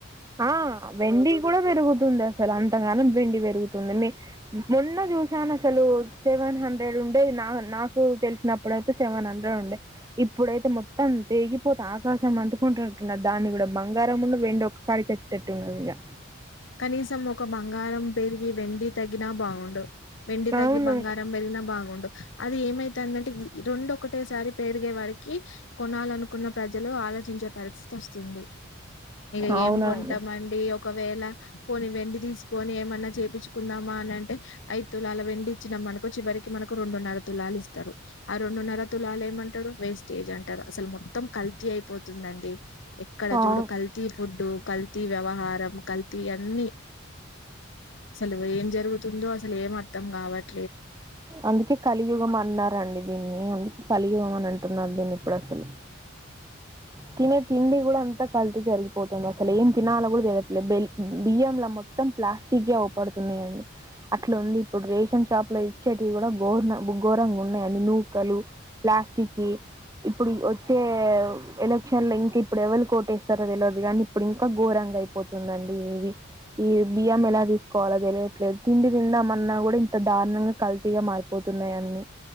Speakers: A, on the right (about 15°); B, on the left (about 60°).
A: ఆ వెండి కూడా పెరుగుతుంది అసల్ అంతగనం వెండి పెరుగు తుంది. మీ మొన్న చూసాను అసలూ సెవెన్ హండ్రెడ్ ఉండేది నా నాకు తెలిసినప్పుడయితే సెవెన్ హండ్రెడ్ ఉండే. ఇప్పుడైతే మొత్తం తెగిపోతే ఆకాశం అంటుకుంటునట్టున్నద్ దాన్ని కూడా బంగారం ఉన్ను వెండి ఒక్ <unintelligible> టట్టు ఉన్నదిగా
B: కనీసం ఒక బంగారం పెరిగీ వెండి తగ్గినా బా గుండు. వెెండి తగ్గి
A: అవును
B: బంగారం పెరిగినా బాగుండు. అది ఏమైతాందంటే రెండూ ఒకటేసారి పెరుగే వరిక్ కీ. కోనాలనుకున్న ప్రజలు ఆలోచించే పరిస్థితి వస్తుంది. ఇగ
A: అవునండి
B: ఏమ్ కొంటాం అండీ ఒకవేళ పోని వెండి తీసుకొని ఏమన్నా చేపిచ్చుకుందామా అని అంటే ఐదు తులాల వెండి ఇచ్చినామనుకో చివరికి మనకు రెండున్నర తులాలు ఇస్తారు. ఆ రెండున్నర తులాలు ఏమంటరు వేస్టేజ్ అంటరు అసలు మొత్తం కల్తీ అయిపోతుందండి. ఎక్కడ
A: అవు
B: జూడు కల్తీ. ఫుడ్డూ కల్తీ వ్యవహారం కల్ తీ అన్నీ అసలు ఏం జరుగుతుందో అస్ అసలు ఏమర్థం గావట్
A: అందుకే కలియుగం అన్నారండి దీన్నీ. అందుకే కలియుగం అని అంటున్నారు దీన్ని ఇప్పుడు అసలు. తినే తిండి కూడా అంతా కల్తి జరిగిపోతుంది అసలు ఏం తినాలో కూడా తేలియట్లేదు డెయిలీ. బియ్యంలా మొత్తం ప్లాస్టిక్ ఏ అవుపడుతున్నయి అండి. అట్లా ఉంది ఇప్పుడు రేషన్ షాప్ వాళ్ళు ఇచ్చేటివి కూడా ఘోర ఘోరంగా ఉన్నాయండి నూకలు, ప్లాస్టిక్కియీ. ఇప్పుడు వచ్చే ఎలక్షన్ లో ఇంక ఇప్పుడు ఎవల్కి వోటేస్తరో తెల్వదు గానీ ఇప్పుడు ఇంకా ఘోరంగా అయిపోతుందండి ఇవి. ఈ బియ్యం ఎలా తీసుకోవాలో తెలియట్లేదు. తిండి తిందామన్నా గూడా ఇంత దారుణంగా కల్తీగా మారిపోతున్నాయి అన్ని.